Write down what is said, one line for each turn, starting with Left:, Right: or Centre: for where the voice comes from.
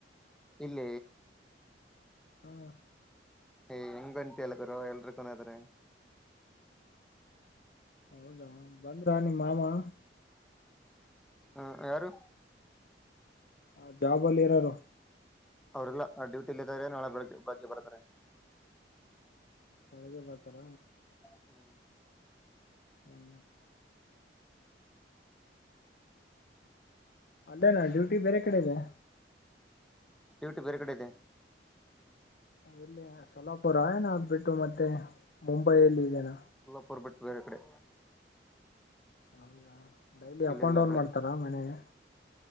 Centre: ಇಲ್ಲ
Left: ಹ್ಮ್
Centre: ಏಯ ಹೆಂಗಂತ ಎಲ್ಲ ಗರ ಎಲ್ರಿಕನಾದ್ರ
Left: ಹೌದಾ ಬಂದ್ರಾ ನಿಮ್ಮ ಮಾಮ
Centre: ಹ ಯಾರು
Left: ಹ ಜಾಬ ಅಲ್ಲಿ ಇರಾರ
Centre: ಅವ್ರಲ್ಲ ಡ್ಯೂಟಿ ಇಲ್ಲ ಇದಾವ್ರ ನಾಳೆ ಬೆಳಗ್ಗೆ ಬೆಳಗ್ಗೆ ಬರ್ತಾರೆ
Left: ನನಗೆ ಪತರ
Centre: ಹ್ಮ್
Left: ಹ ಅಡೇನಾ ಡ್ಯೂಟಿ ಬೇರೆ ಕಡೆ ಇದೆ.
Centre: ಡ್ಯೂಟಿ ಬೇರೆ ಕಡೆ ಇದೆ.
Left: ಇಲ್ಲಿ ಸ್ವಲಪ ರಾಯಣ ಆಗ್ಬಿಟ್ಟು ಮತ್ತೆ ಮುಂಬೈಯಲ್ಲಿ ಇದೇನ.
Centre: ಎಲ್ಲಾಪುರ್ ಬಿಟ್ ಬೇರೆ ಕಡೆ.
Left: ಹಂಗ ಡೈಲಿ
Centre: ಇಲ್ಲಿಲ್ಲ
Left: ಅಪ್ ಅಂಡ್ ಡೌನ್
Centre: ಬೆಳಗ್ಗೆ
Left: ಮಾಡ್ತಾರ ಮನೆಗೆ.